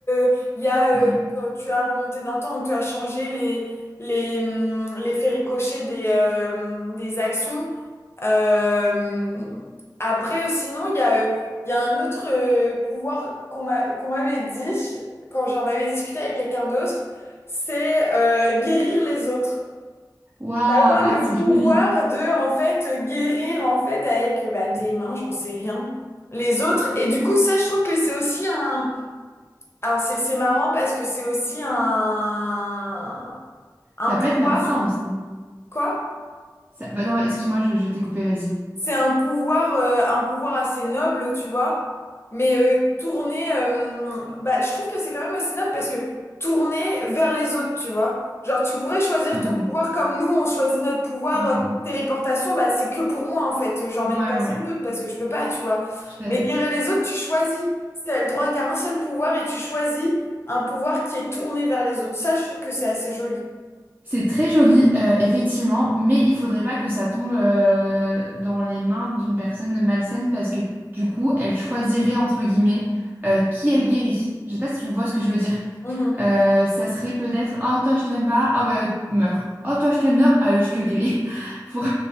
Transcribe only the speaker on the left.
euh, il y a, euh,
tu as remonté dans le temps, donc tu as changé les, les, hum, les faits ricochets des, euh, des actions. Euh, après, euh, sinon, il y a, euh, il y a un autre euh, pouvoir qu'on m'a- qu'on m'avait dit quand j'en avais discuté avec quelqu'un d'autre, c'est euh, guérir les autres.
Avoir le
pouvoir
de en fait guérir en fait avec bah, tes
mains, j'en sais rien, les autres. Et du coup, ça, je trouve que c'est aussi un. Alors c'est c'est marrant parce que c'est aussi un un
pouvoir
quoi?
C'est un pouvoir, euh, un pouvoir assez noble, tu vois. Mais euh, tourner, euh, bah, je trouve que c'est quand même assez noble parce que tourner vers les autres, tu vois. Genre, tu pourrais choisir
ton
pouvoir
comme nous, on choisit notre pouvoir
euh, téléportation, bah, c'est que pour moi, en fait. J'emmène
personne
d'autre parce que je peux pas, tu vois.
Mais
guérir les autres, tu choisis. Si T'as le droit qu'à un seul pouvoir et tu choisis un pouvoir qui est tourné vers les autres. Ça, je trouve que c'est assez joli.
Mhm.